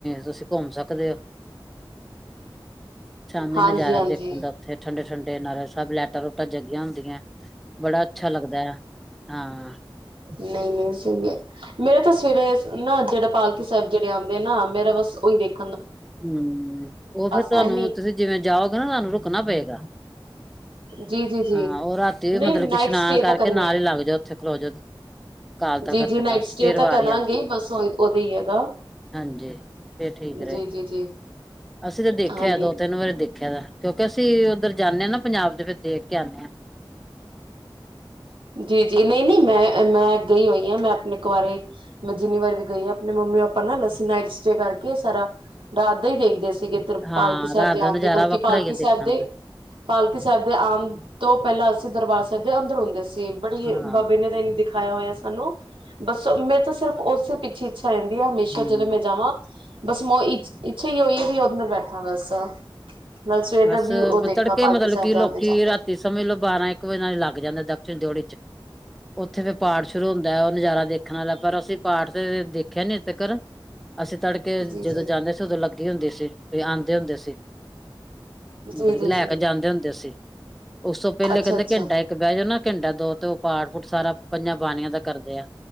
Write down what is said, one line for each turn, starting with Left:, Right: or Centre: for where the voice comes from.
Centre: ਤੁਸੀਂ ਘੁੰਮ ਸਕਦੇ ਹੋ ਸ਼ਾਮੀ
Right: ਹਾਂਜੀ
Centre: ਨਜ਼ਾਰਾ
Right: ਹਾਂਜੀ
Centre: ਦੇਖਣ ਦਾ ਉੱਥੇ ਠੰਡੇ ਠੰਡੇ ਨਾਲ ਸਭ ਲੈਟਾਂ ਲੋਟਾਂ ਜੱਗੀਆਂ ਹੁੰਦੀਆਂ ਬੜਾ ਅੱਛਾ ਲੱਗਦਾ ਹੈ ਹਾਂ
Right: ਨਹੀਂ ਨਹੀਂ ਸਹੀ
Centre: ਹਮ
Right: ਹੈ ਮੇਰਾ ਤਾਂ ਸ- ਸਵੇਰੇ ਨਾ ਜਿਹੜਾ ਪਾਲਕੀ ਸਾਹਿਬ ਜਿਹੜੇ ਆਂਦੇ ਆ ਨਾ ਮੇਰਾ ਬਸ ਉਹੀ ਦੇਖ-
Centre: ਹਮ ਉਹ ਫ਼ਿਰ ਤੁਹਾਨੂੰ
Right: ਹੈ ਨੀ
Centre: ਤੁਸੀਂ ਜਿਵੇਂ ਜਾਓਗੇ ਨਾ ਤੁਹਾਨੂੰ ਰੁ- ਰੁਕਣਾ ਪਏਗਾ।
Right: ਜੀ ਜੀ ਜੀ
Centre: ਹਾਂ ਉਹ ਰਾਤੀ ਵੀ
Right: ਨਹੀਂ
Centre: ਮਤਲਬ
Right: ਨਾਈਟ
Centre: ਕਿ ਇਸ਼ਨਾਨ
Right: ਸਟੇ
Centre: ਕਰਕੇ
Right: ਤਾਂ ਕਰਨੀ
Centre: ਨਾਲ
Right: ਹੈ
Centre: ਹੀ ਲੱਗ ਜਾਓ ਉੱਥੇ ਖਲੋਜੋ ਕਾਲ ਤਖਤ
Right: ਜੀ ਜੀ
Centre: ਦੇ
Right: ਨਾਈਟ
Centre: ਪਾਸ
Right: ਸਟੇ
Centre: ਫਿਰ
Right: ਤਾਂ
Centre: ਵਾਰੀ
Right: ਕਰਾਂਗੇ
Centre: ਆਂਦੀ
Right: ਬਸ ਉਹਦਾ ਹੀ ਹੈਗਾ
Centre: ਹਾਂਜੀ ਫਿਰ ਠੀਕ ਰਹੇ-
Right: ਜੀ ਜੀ ਜੀ
Centre: ਅਸੀਂ ਤਾਂ ਦੇਖਿਆ
Right: ਹਾਂਜੀ
Centre: ਦੋ ਤਿੰਨ ਵਾਰੀ ਦੇਖਿਆ ਦਾ- ਕਿਉਂਕਿ ਅਸੀਂ ਉੱਧਰ ਜਾਂਨੇ ਆ ਨਾ ਪੰਜਾਬ ਦੇ ਵਿੱਚ ਦੇਖ ਕੇ ਆਉਦੇ ਆ।
Right: ਜੀ ਜੀ ਨਹੀਂ ਨਹੀਂ ਮੈਂ- ਮੈਂ ਗਈ ਹੋਈ ਹਾਂ ਮੈਂ ਆਪਣੇ ਕਵਾਰੇ ਮੈਂ ਜਿੰਨੀ ਵਾਰ ਵੀ ਗਈ ਆ ਆਪਣੇ ਮੰਮੀ ਪਾਪਾ ਨਾ ਲੱਸੀ ਨਾਈਟ ਸਟੇ ਕਰਕੇ ਸਾਰਾ ਰਾਤ ਦਾ ਹੀ ਦੇਖਦੇ ਸੀ- ਸੀਗੇ ਇੱਧਰ
Centre: ਹਾਂ
Right: ਪਾਲਕੀ ਸਾਹਿਬ
Centre: ਰਾਤ
Right: ਦੇ
Centre: ਦਾ
Right: ਆਮ
Centre: ਨਜ਼ਾਰਾ
Right: ਦੇ ਬਲਕਿ
Centre: ਵੱਖਰਾ
Right: ਪਾਲਕੀ
Centre: ਹੀ ਹੈ
Right: ਸਾਹਿਬ
Centre: ਦੇਖਣ
Right: ਦੇ
Centre: ਦਾ।
Right: ਪਾਲਕੀ ਸਾਹਿਬ ਦੇ ਆਮ- ਤੋਂ ਪਹਿਲਾਂ ਅਸੀਂ ਦਰਬਾਰ ਸਾਹਿਬ ਦੇ ਅੰਦਰ ਆਉੁਦੇ ਸੀ- ਬੜੀ
Centre: ਹਾਂ
Right: ਬਾਬੇ ਨੇ ਦਿਨ ਦਿਖ- ਦਿਖਾਇਆ ਹੋਇਆ ਸਾਨੂੰ, ਬਸ ਮੇਰੇ ਤਾਂ ਸਿਰਫ ਉਸੇ ਪਿੱਛੇ- ਰਹਿੰਦੀ ਹੈ ਹਮੇਸ਼ਾ
Centre: ਹਮ।
Right: ਜਦੋਂ ਮੈਂ ਜਾਵਾਂ- ਬਸ ਮੋ ਇ ਇੱਛਾ ਹੀ ਉਹੀ ਹੈ ਵੀ ਓਨਰ ਬੈਠਾ ਹੋਇਆ ਬਸ- ਨਾਲ ਸਵੇਰ
Centre: ਬਸ
Right: ਦਾ ਵਿਊ ਉਹ ਦੇਖਾ
Centre: ਤੜਕੇ
Right: ਪਾਲਕੀ
Centre: ਮਤਲਬ
Right: ਸਾਹਿਬ
Centre: ਕਿ
Right: ਦੇ
Centre: ਲੋਕੀ
Right: ਆਉਂਦੇ ਜਾਂਦੇ
Centre: ਰਾਤੀ ਸਮੇਂ ਲੋ ਬਾਰਾਂ ਇੱਕ ਵਜੇ ਨਾਲ ਲੱਗ ਜਾਂਦੇ ਦ- ਦਰਸ਼ਨ ਡਿਊਡੀ ਚ, ਉੱਥੇ ਫੇਰ ਪਾਠ ਸ਼ੁਰੂ ਹੁੰਦਾ ਹੈ ਉਹ ਨਜ਼ਾਰਾ ਦੇਖਣ ਵਾਲਾ ਪਰ ਅਸੀਂ ਪਾਠ ਤੇ ਦੇਖਿਆ ਨੀ ਹਜੇ ਤੀਕਰ- ਅਸੀਂ ਤੜਕੇ
Right: ਜੀ ਜੀ
Centre: ਜਦੋਂ ਜਾਂਦੇ ਸੀ ਉਦੋਂ ਲੱਗ- ਲੱਗੀ ਹੁੰਦੀ ਸੀ ਜਾਂ ਆਂਦੇ ਹੁੰਦੇ ਸੀ। ਮਤਲਬ
Right: ਜੀ ਜੀ
Centre: ਕਿ ਲੈ
Right: ਜੀ
Centre: ਕੇ ਜਾਂਦੇ ਹੁੰਦੇ ਸੀ, ਉਸ ਤੋਂ ਪਹਿਲੇ
Right: ਅੱਛਾ
Centre: ਕਹਿੰਦੇ
Right: ਅੱਛਾ
Centre: ਘੰਟਾ ਇੱਕ ਬਹਿ ਜਾਓ ਨਾ- ਘੰਟਾ ਦੋ ਤੇ ਉਹ ਪਾਠ ਪੂਠ ਸਾਰਾ ਪੰਜਾਂ ਬਾਣੀਆਂ ਦਾ ਕਰਦੇ ਆ।